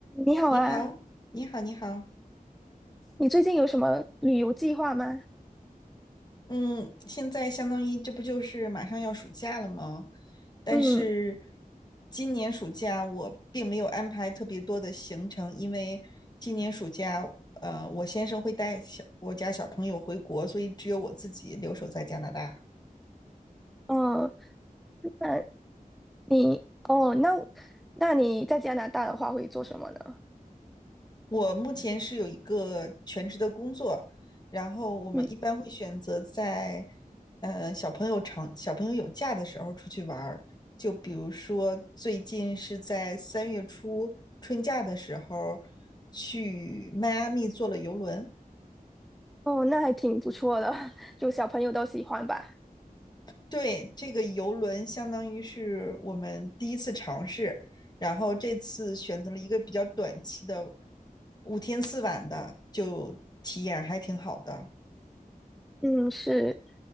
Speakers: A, in the centre; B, on the left (about 30°).
A: 你好啊，
B: 你好，你好，你好。
A: 你最近有什么旅游计划吗？
B: 嗯，现在相当于这不就是马上要暑假了吗？但是
A: 嗯，
B: 今年暑假我并没有安排特别多的行程，因为今年暑假，呃，我先生会带小我家小朋友回国，所以只有我自己留守在加拿大。
A: 哦，那你，哦，那那你在加拿大的话会做什么呢？
B: 我目前是有一个全职的工作，然后我们一般会选择在
A: 嗯，
B: 呃小朋友长小朋友有假的时候出去玩儿，就比如说最近是在三月初春假的时候去迈阿密坐了游轮。
A: 哦，那还挺不错的，<laughs> 就小朋友都喜欢吧。
B: 对，这个游轮相当于是我们第一次尝试，然后这次选择了一个比较短期的五天四晚的，就体验还挺好的。
A: 嗯，是，